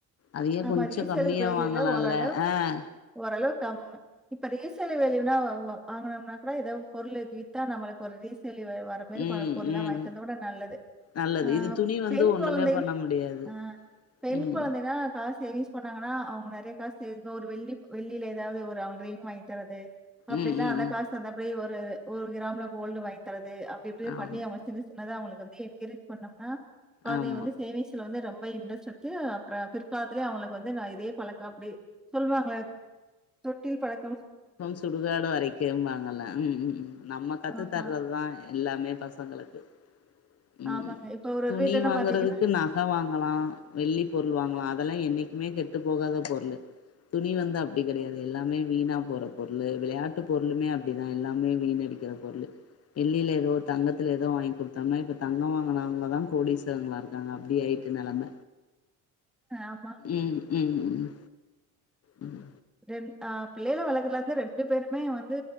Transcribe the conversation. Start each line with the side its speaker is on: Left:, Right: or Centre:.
Left: அதயே
Centre: நம்ம
Left: கொஞ்சம்
Centre: ரீசேல்
Left: கம்மியா
Centre: வேல்யூல
Left: வாங்கலாம்ல
Centre: ஓரளவுக்கு
Left: ஆஹ்
Centre: ஓரளவு இப்ப ரீசேல் வேல்யூனா வாங்கனோம்னா கூட ஏதாவ பொருள் வித்தா நம்மளுக்கு ஒரு ரீசே தா வர மாரி
Left: ம்
Centre: பொறுளெல்லாம்
Left: ம்
Centre: வாங்கி தந்த கூட நல்லது
Left: நல்லது
Centre: ஆஹ்
Left: இது துணி வந்து
Centre: பெண்
Left: ஒண்ணுமே
Centre: குழந்தை
Left: பண்ண முடியாது
Centre: ஹா பெண்
Left: ம்
Centre: குழந்தைனா சேவிங்ஸ் பண்ணாங்கன்னா அவுங்க நறைய காசு ஒரு வெள்ளி வெள்ளில ஏதாவது ஒரு அவங்க ரிங் வாங்கி தரது அப்டில்லாம்
Left: ம் ம்
Centre: அந்த
Left: ம்
Centre: காசு அந்தபடியே ஒரு ஒரு கிராமல கோல்டு வாங்கி தர து அப்டி அப்டி
Left: ஆமா
Centre: பண்ணி அவுங்க சின்ன சி பண்ணாதா அவுங்களுக்கு வந்து என்கரேஜ் பண்ணோம்னா குழந்தையை
Left: ஆமா
Centre: வந்து சேவிங்ஸ்ல வந்து ரொம் போ இண்ட்ரஸ் எடுத்து அப்பற காலத்திலயே அவுங்களுக்கு வந்து நான் இதே பழக்கம் அப்டி சொல்லுவாங்களே தொட்டில் பலக்
Left: சுடுகாடு வரைக்கும்பாங்கல்ல உம் உம் நம்ம கத்துத்தறதுதா
Centre: ஆமா,
Left: எல்லாமே பசங்களுக்கு உம்
Centre: ஆமாங்க. இப்ப ஒரு ஒரு
Left: துணி
Centre: வீட்லலாம்
Left: வாங்கறதுக்கு
Centre: பார்த்தீங்கன்னா
Left: நகை வாங்கலாம் வெள்ளி பொருள் வாங்கலாம் அத எல்லாமே என்னிக்குமே கெட்டு போகாத பொருள் துணி வந்து அப்டி கிடையாது எல்லாமே வீணா போற பொருளு விளையாட்டு பொருளுமே அப்டிதா எல்லாமே வீணடிக்கிற பொருளு வெள்ளியில ஏதோ தங்கத்துல ஏதோ வாங்கி கொடுத்தோம்னா இப்ப தங்கோ வாங்கனவங்கதா கோடீஸ்வரங்களா இருக்காங்க அப்டி ஆயிட்டு நெலம
Centre: ஆமா.
Left: உம் உம் உம் உம்
Centre: ம் ஆ பிள்ளைகள வளக்கறதுல வந்து ரெண்டு பேருமே வந்து